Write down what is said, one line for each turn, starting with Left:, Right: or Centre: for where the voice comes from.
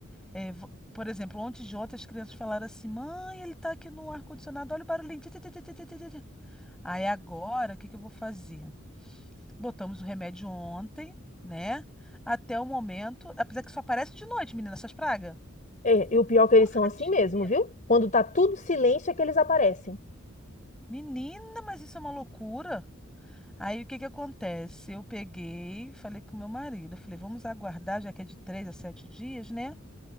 Centre: É, vo- por exemplo, ontem de ontem as crianças falaram assim: mãe, ele tá aqui no ar-condicionado, olha o barulhinho. ti, ti, ti, ti, ti, ti, ti, ti." Aí agora, o que que eu vou fazer? Botamos o remédio ontem, né? Até o momento. Apesar que só aparece de noite, menina, essas pragas.
Left: É, e o pior é que eles são
Centre: Tadinho,
Left: assim mesmo,
Centre: meu.
Left: viu? Quando tá tudo silêncio é que eles aparecem.
Centre: Menina, mas isso é uma loucura. Aí o que que acontece? Eu peguei, falei com meu marido, eu falei, vamos aguardar, já que é de três a sete dias, né?